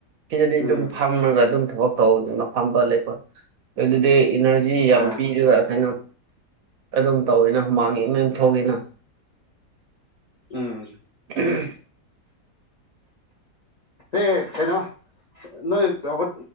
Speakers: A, on the right; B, on the left.
A: ꯐꯤꯗꯗꯤ ꯑꯗꯨꯝ
B: ꯎꯝ
A: ꯐꯝꯃꯒ ꯑꯗꯨꯝ ꯊꯕꯛ ꯇꯧ <unintelligible> ꯑꯗꯨꯗꯤ ꯏꯅꯔ ꯌꯥꯝ
B: ꯑꯥ
A: ꯄꯤꯔꯒ ꯀꯩꯅꯣ ꯑꯗꯨꯝ ꯇꯧꯋꯤꯅ <unintelligible>
B: ꯎꯝ
A: <unintelligible>
B: ꯑꯦ ꯀꯩꯅꯣ ꯅꯣꯏ ꯇꯧꯕ